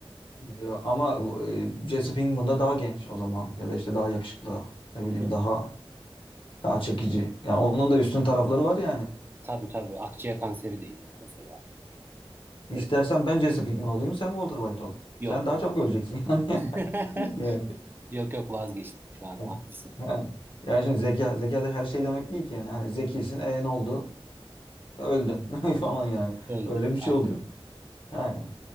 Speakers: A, on the left; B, on the right.
A: Ya, ama bu, e, Jesse Pinkman da daha genç o zaman. Ya da işte daha yakışıklı. Ne bileyim
B: <laughs>
A: daha daha çekici. Yani onun da üstün tarafları var yani.
B: Tabii tabii. Akciğer kanseri değil mesela.
A: İstersen
B: Böyle
A: ben Jesse Pinkman olayım sen Walter White ol.
B: Yok.
A: Sen daha çabuk öleceksin <laughs>
B: <laughs>
A: yani.
B: Yok yok vazgeçtim şu an
A: Yani.
B: haklısın.
A: Ha. Yani şimdi zeka, zeka da her şey demek değil ki yani. Hani zekisin e ne oldu? Öldün <laughs> falan yani.
B: Öldü.
A: Öyle bir
B: Aynen.
A: şey oluyor. Yani.